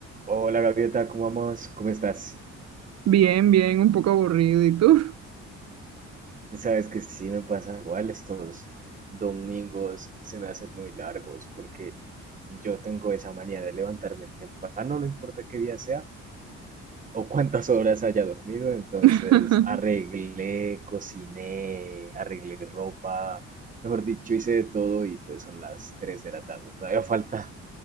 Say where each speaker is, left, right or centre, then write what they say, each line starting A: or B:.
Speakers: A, on the right (about 25°); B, on the right (about 60°).
A: Hola Gaviota, ¿cómo vamos? ¿Cómo estás?
B: Bien, bien, un poco aburrido. ¿Y tú?
A: Sabes que sí me pasa igual estos domingos se me hacen muy largos porque yo tengo esa manía de levantarme temprano, no importa qué día sea o cuántas horas haya dormido, entonces
B: <laughs>
A: arreglé, cociné, arreglé ropa, mejor dicho, hice de todo y pues son las 3 de la tarde, todavía falta,